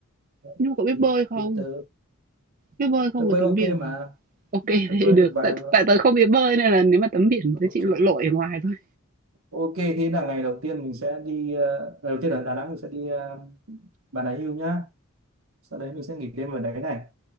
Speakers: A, on the right; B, on the right.
A: Đấy.
B: nhưng mà cậu biết
A: thì
B: bơi không
A: thì tớ
B: biết bơi không
A: tớ
B: mà
A: bơi
B: tắm
A: ok
B: biển
A: mà
B: ok <laughs>
A: tớ bơi
B: thế được
A: được vài
B: tại
A: lần
B: tại tớ không biết bơi nên là nếu mà tắm biển
A: ok
B: tớ chỉ lội lội ở ngoài thôi
A: Ok, thế là ngày đầu tiên mình sẽ đi ờ, ngày đầu tiên ở Đà Nẵng mình sẽ đi ờ, Bà Nà Hills nhá. Sau đấy mình sẽ nghỉ đêm ở đấy này.